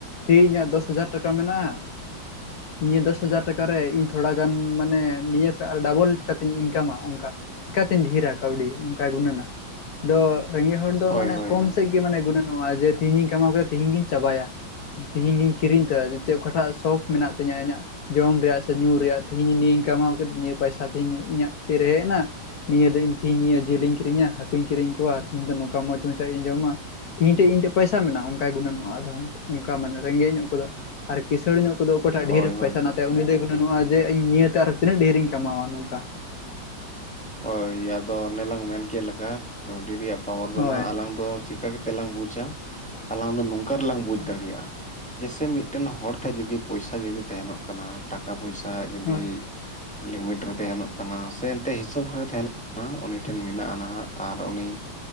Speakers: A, on the left; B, in the centre.
A: ᱛᱮᱤᱦᱤᱧ ᱤᱧᱟᱹᱜ ᱫᱚᱥ ᱦᱟᱡᱟᱨ ᱴᱟᱠᱟ ᱢᱮᱱᱟᱜ-ᱟ ᱱᱤᱭᱟᱹ ᱫᱚᱥ ᱦᱟᱡᱟᱨ ᱴᱟᱠᱟᱨᱮ ᱤᱧ ᱛᱷᱚᱲᱟ ᱜᱟᱱ ᱢᱟᱱᱮ ᱱᱤᱭᱟᱹ ᱠᱷᱚᱡ ᱟᱨᱚ ᱰᱟᱚᱵᱚᱞ ᱠᱟᱛᱮᱤᱧ ᱤᱱᱠᱟᱢᱟ ᱚᱱᱠᱟ᱾ ᱪᱤᱠᱠᱟᱛᱮᱧ ᱰᱷᱮᱨᱟ ᱠᱟᱹᱣᱰᱤ ᱱᱚᱝᱠᱟᱭ ᱜᱩᱱᱟᱹᱱᱟ ᱟᱫᱚ ᱨᱮᱸᱜᱮᱡ ᱦᱚᱲ ᱫᱚ
B: ᱦᱳᱭ
A: ᱢᱟᱱᱮ
B: ᱦᱳᱭ
A: ᱠᱚᱢ
B: ᱦᱳᱭ
A: ᱥᱮᱫ ᱢᱟᱱᱮ ᱜᱩᱱᱚᱜ-ᱟᱭ ᱡᱮ ᱛᱤᱦᱤᱧ ᱠᱟᱢᱟᱣ ᱠᱮᱫᱟ ᱛᱤᱦᱤᱧ ᱜᱤᱧ ᱪᱟᱵᱟᱭᱟ᱾ ᱛᱤᱦᱮᱧ ᱜᱮᱤᱧ ᱠᱤᱨᱤᱧ ᱩᱛᱟᱨᱟ ᱪᱮᱫ ᱚᱠᱟᱴᱟᱜ ᱥᱚᱠ ᱢᱮᱱᱟᱜ ᱛᱤᱧᱟᱹ ᱤᱧᱟᱹᱜ ᱾ ᱡᱚᱢ ᱨᱮᱭᱟᱜ ᱥᱮ ᱧᱩ ᱨᱮᱭᱟᱜ ᱛᱮᱦᱤᱧ ᱱᱤᱭᱟᱹᱧ ᱠᱟᱢᱟᱣ ᱠᱮᱫᱟ ᱱᱤᱭᱟᱹ ᱯᱚᱭᱥᱟ ᱛᱮᱦᱤᱧ ᱤᱧᱟᱹᱜ ᱛᱤᱨᱮ ᱦᱮᱡ ᱮᱱᱟ ᱱᱤᱭᱟᱹ ᱫᱚ ᱤᱧ ᱛᱮᱦᱮᱧ ᱤᱭᱟᱹ ᱡᱤᱞ ᱤᱧ ᱠᱤᱨᱤᱧᱟ ᱦᱟᱹᱠᱩᱧ ᱠᱤᱨᱤᱧ ᱠᱚᱣᱟ ᱛᱮᱦᱮᱧ ᱱᱚᱝᱠᱟ ᱢᱚᱸᱪ ᱢᱚᱸᱪ ᱟᱜ ᱤᱧ ᱡᱚᱢᱟ᱾ ᱛᱤᱦᱤᱧ ᱤᱧ ᱴᱷᱮᱡ ᱤᱧ ᱴᱷᱮᱡ ᱯᱟᱭᱥᱟ ᱢᱮᱱᱟᱜᱼᱟ᱾ ᱚᱱᱠᱟᱭ ᱜᱩᱱᱟᱹᱱᱚᱜᱼᱟ᱾ ᱟᱫᱚ ᱚᱱᱠᱟ ᱢᱟᱱᱮ ᱨᱮᱸᱜᱮᱡ ᱧᱚᱜ ᱠᱚᱫᱚ ᱾ ᱟᱨ ᱠᱤᱸᱟᱹᱲᱬ ᱧᱚᱜ ᱠᱚᱫᱚ ᱚᱠᱚᱭ ᱴᱟᱜ
B: ᱦᱳᱭ
A: ᱰᱷᱮᱨ ᱯᱚᱭᱥᱟ
B: ᱦᱳᱭ
A: ᱢᱮᱱᱟᱜ
B: ᱦᱳᱭ
A: ᱛᱟᱭᱟ ᱩᱱᱤ ᱫᱚ ᱱᱚᱣᱟ ᱡᱮ ᱤᱧ ᱱᱤᱭᱟᱹᱛᱮ ᱟᱨᱚᱸ ᱛᱤᱱᱟᱹᱜ ᱰᱷᱮᱨᱤ ᱤᱧ ᱠᱟᱢᱟᱣᱟ ᱱᱚᱝᱠᱟ᱾
B: ᱦᱳᱭ ᱟᱫᱚ ᱚᱱᱮ ᱞᱟᱝ ᱢᱮᱱ ᱠᱮᱫᱮᱫ ᱞᱮᱠᱟ᱾ ᱠᱟᱹᱣᱰᱤ ᱨᱮᱭᱟᱜ ᱯᱟᱣᱟᱨ ᱫᱚ
A: ᱦᱳᱭ
B: ᱱᱟᱦᱟᱸᱜ ᱟᱞᱟᱝ ᱫᱚ ᱪᱤᱠᱟ ᱛᱮᱞᱟᱝ ᱵᱩᱡᱟ ᱟᱞᱟᱝ ᱫᱚ ᱱᱚᱝᱠᱟ ᱨᱮᱞᱟᱝ ᱵᱩᱡᱽ
A: ᱦᱳᱭ
B: ᱫᱟᱲᱮᱭᱟᱜᱼᱟ ᱾ ᱡᱮ ᱥᱮ ᱢᱤᱫᱴᱮᱱ ᱦᱚᱲ ᱴᱷᱮᱡ ᱡᱩᱚᱫᱤ ᱯᱚᱭᱥᱟ ᱡᱚᱫᱤ ᱛᱟᱦᱮᱱᱚᱜ ᱠᱟᱱᱟ ᱴᱟᱠᱟ ᱯᱚᱭᱥᱟ ᱡᱩᱚᱫᱤ
A: ᱦᱳᱭ
B: ᱞᱤᱢᱤᱴ ᱨᱮ ᱛᱟᱦᱮᱱᱚᱜ ᱠᱟᱱᱟ ᱥᱮ ᱮᱱᱛᱮ ᱥᱚᱵ ᱨᱮ ᱛᱟᱦᱮᱱᱟ ᱩᱱᱤ ᱴᱷᱮᱱ ᱢᱮᱱᱟᱜᱼᱟ, ᱱᱟᱦᱟᱜ ᱟᱨ ᱩᱱᱤ